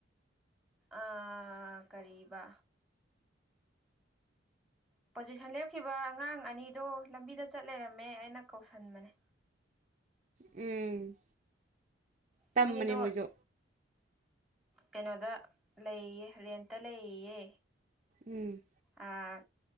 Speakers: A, in the centre; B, on the right (about 35°).
A: ꯑ ꯀꯔꯤꯕ ꯄꯣꯖꯤꯁꯟ ꯂꯦꯞꯈꯤꯕ ꯑꯉꯥꯡ ꯑꯅꯤꯗꯣ ꯂꯝꯕꯤꯗ ꯆꯠ ꯂꯩꯔꯝꯃꯦ ꯑꯩꯅ ꯀꯧꯁꯟꯕꯅꯦ
B: ꯎꯝ ꯇꯝꯕꯅꯦ
A: ꯃꯣꯏꯅꯤꯗꯣ
B: ꯃꯣꯏꯁꯨ
A: ꯀꯩꯅꯣꯗ ꯂꯩꯌꯦ ꯔꯦꯟꯇ ꯂꯩꯌꯦ
B: ꯎꯝ
A: ꯑꯥ